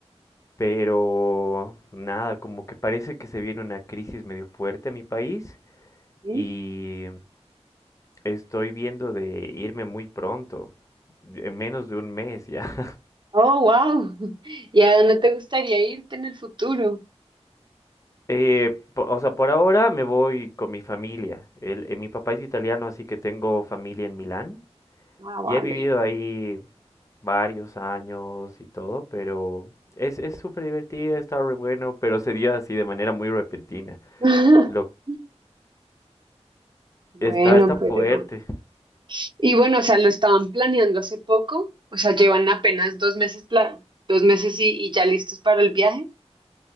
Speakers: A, on the left; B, on the right.
A: pero nada, como que parece que se viene una crisis medio fuerte en mi país
B: ¿Sí?
A: y estoy viendo de irme muy pronto, en menos de un mes ya.
B: Oh, wow. <laughs> ¿Y a dónde te gustaría irte en el futuro?
A: Eh, po- o sea, por ahora me voy con mi familia. El- eh, mi papá es italiano, así que tengo familia en Milán.
B: Ah, vale.
A: Y he vivido ahí varios años y todo, pero es, es súper divertido, está re bueno, pero se dio así de manera muy repentina.
B: <laughs>
A: Lo,
B: Bueno,
A: está, está fuerte.
B: pero... Y bueno, o sea, lo estaban planeando hace poco, o sea, llevan apenas dos meses, pla- dos meses y, y ya listos para el viaje.